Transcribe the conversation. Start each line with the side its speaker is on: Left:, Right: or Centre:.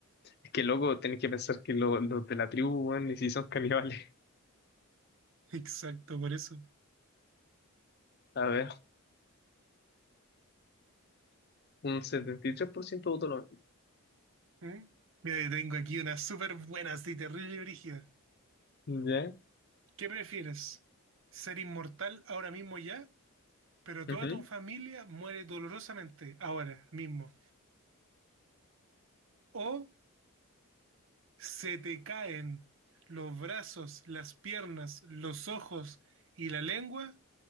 Left: Es que luego tenés que pensar que lo- los de la tribu, weón, ni si son caníbales.
Right: <laughs> Exacto, por eso.
Left: A ver, un 73% votó lo
Right: ¿Mm? Mira, yo tengo aquí una súper buena, así terrible y rígida.
Left: ¿Ya?
Right: ¿Qué prefieres? ¿Ser inmortal ahora mismo ya, pero toda
Left: Ujú.
Right: tu familia muere dolorosamente ahora mismo? ¿O se te caen los brazos, las piernas, los ojos y la lengua,